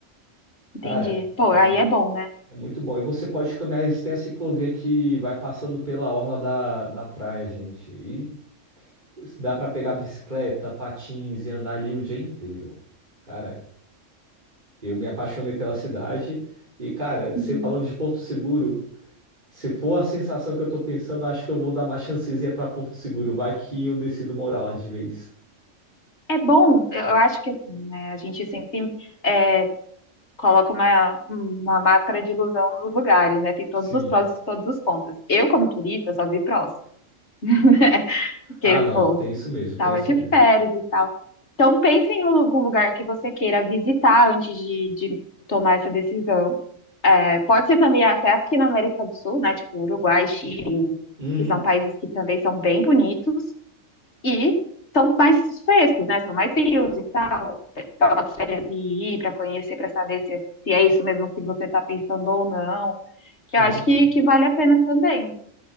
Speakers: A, on the left; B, on the right.
A: entendi.
B: Cara.
A: Pô,
B: é
A: aí é bom, né?
B: É muito bom. E você pode caminhar, eles têm a ciclovia que vai passando pela orla da, da praia, gente. E dá para pegar bicicleta, patins e andar ali o dia inteiro. Cara, eu me apaixonei pela cidade. E, cara, você
A: Uhum.
B: falando de Porto Seguro, se for a sensação que eu tô pensando, acho que eu vou dar uma chancezinha para Porto Seguro. Vai que eu decido morar lá de vez.
A: É bom, eu eu acho que assim, né? A gente sempre é, coloca uma, uma máscara de ilusão nos lugares, né? Tem todos
B: Sim.
A: os prós e todos os contras. Eu, como turista, só vi prós, <laughs> né? Porque,
B: Ah, não,
A: pô,
B: tem isso mesmo, tem
A: tava
B: isso
A: de
B: mesmo.
A: férias e tal. Então, pense em algum lugar que você queira visitar antes de, de tomar essa decisão. É, pode ser também até aqui na América do Sul, né? Tipo Uruguai, Chile,
B: Uhum.
A: que são países que também são bem bonitos e são mais frescos, né? São mais frios e tal. Pegar umas férias e ir para conhecer, para saber se é, se é isso mesmo que você está pensando ou não. Que
B: Sim,
A: eu acho
B: sim.
A: que, que vale a pena também.